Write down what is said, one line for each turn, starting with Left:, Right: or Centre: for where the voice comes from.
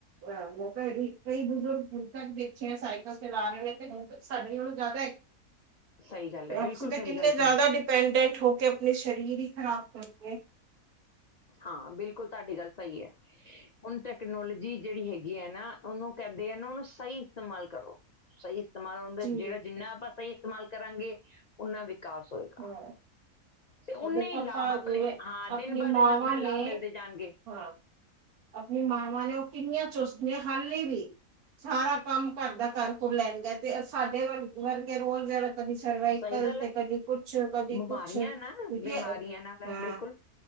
Right: ਮੌਕਾ ਕਈ ਬਜ਼ੁਰਗ ਹੁਣ ਤੱਕ ਦੇਖੇ ਸਾਈਕਲ ਚਲਾ ਰਹੇ ਨੇ ਤੇ ਹੁਣ ਤ ਸਾਡੇ ਨਾਲੋਂ ਜ਼ਿਆਦਾ।
Left: ਸਹੀ ਗੱਲ ਹੈ
Right: ਅਕਸੀ
Left: ਬਿਲਕੁਲ
Right: ਦੇ ਕਿੰਨੇ
Left: ਸਹੀ ਗੱਲ
Right: ਜ਼ਿਆਦਾ
Left: ਕਰ
Right: ਨੇ। ਡਪੈਂਡੈਂਟ ਹੋ ਕੇ ਆਪਣੇ ਸ਼ਰੀਰ ਹੀ ਖਰਾਬ ਕਰਤੇ।
Left: ਹਾਂ ਬਿਲਕੁਲ ਤੁਹਾਡੀ ਗੱਲ ਸਹੀ ਹੈ ਹੁਣ ਤ। ਟੈਕਨੋਲੋਜੀ ਜਿਹੜੀ ਹੈਗੀ ਹੈ ਨਾ ਉਹਨੂੰ ਕਹਿੰਦੇ ਆ ਨਾ ਉਹਨੂੰ ਸਹੀ ਇਸਤੇਮਾਲ ਕਰੋ ਸਹੀ ਇਸਤੇਮਾਲ ਹੁੰਦਾ
Right: ਜੀ
Left: ਜਿਹੜਾ ਜਿੰਨਾ ਆਪਾਂ ਸਹੀ ਇਸਤੇਮਾਲ ਕਰਾਂਗੇ ਉਨਾ ਵਿਕਾਸ ਹੋਏਗਾ
Right: ਧਵਾ <unintelligible>
Left: ਤੇ ਓਨੇ
Right: ਹ ਦੇਖਪਾ
Left: ਹੀ ਲਾਭ ਆਪਣੇ
Right: ਜੀਵੇ
Left: ਹਾਂ
Right: ਆਪਣੀ
Left: ਦਿਨ ਬ
Right: ਮਾਵਾਂ
Left: ਦਿਨ ਆਪਣੇ ਲਾਭ
Right: ਨੇ
Left: ਮਿਲਦੇ ਜਾਣਗੇ
Right: ਹਾਂ ਆਪਣੀ ਮਾਵਾਂ ਨੇ ਉਹ ਕਿੰਨੀਆਂ ਚੁਸਦੀਆਂ ਹਾਲੇ ਵੀ ਸਾਰਾ ਕੰਮ ਘਰ ਦਾ ਕੁੱਰ ਲੈਦੇ ਤੇ ਸਾਡੇ ਵਰ ਵਰਗੇ ਰੋਲ ਜਹੜਾ ਕਦੀ ਸਰਵਾਈਕਲ
Left: ਸਹੀ ਗੱਲ
Right: ਤੇ
Left: ਹੈ
Right: ਕਦੀ ਕੁਛ, ਕਦੀ
Left: ਬਿਮਾਰੀਆਂ
Right: ਕੁਛ, ਕਿਉਂਕਿ
Left: ਨਾ ਬਿਮਾਰੀਆਂ ਨਾਲ ਹੈ
Right: ਹਾਂ
Left: ਬਿਲਕੁਲ